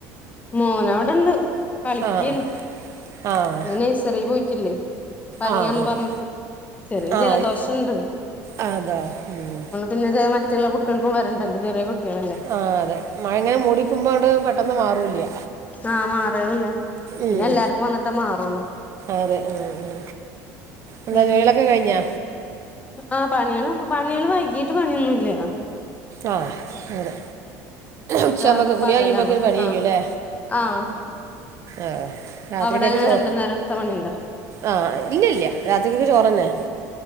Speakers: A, on the left; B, on the right.
A: മോനവിടെണ്ട് കളിക്കാണ്
B: ആഹ് ആഹ്
A: ഇന്ന് നെയ്ഴസറി പോയിട്ടില്ലേ പനിയാന്ന്
B: ആഹ് ആഹ്
A: പറഞ്ഞി ചെറിയ
B: ആഹ്
A: ജലദോഷണ്ട്
B: ആഹ് അതോ ഉം
A: പിന്നെ മറ്റുള്ള കുട്ടിൾക്കും വരേണ്ടല്ലോ ചെറിയ കുട്ട്യാളെല്ലെ
B: ആ അതെ മഴങ്ങനെ മൂടിക്കുമ്പോണ്ട് പെട്ടെന്ന് മാറൂല്ല
A: ആ മാറണില്ലേ പിന്നെ
B: ഉം
A: എല്ലാർക്കും വന്നിട്ടേ മാറുള്ളൂ
B: അതെ ഉം എന്ത
A: ഉം
B: ജോലികളൊക്കെ കഴിഞ്ഞാ
A: ആ പണി ള് പണികള് വൈകീട്ട് പണിയൊന്നുംല്ല
B: ആ അതെ
A: ഒക്കെ
B: ഉച്ചാവുമ്പോക്ക് കുളികയ്യുമ്പോക്ക്
A: പകലാണ്
B: പണി
A: ആഹ്
B: കയ്യൂലെ
A: ആഹ്
B: ആഹ രാത്രിക്കൊക്കെ
A: അവിടെ അങ്ങനെ
B: ചോ
A: രണ്ടു നേരത്തെ പണിയുണ്ടോ
B: ആഹ ഇല്ലല്ല രാത്രികക്ക് ചോറന്നെ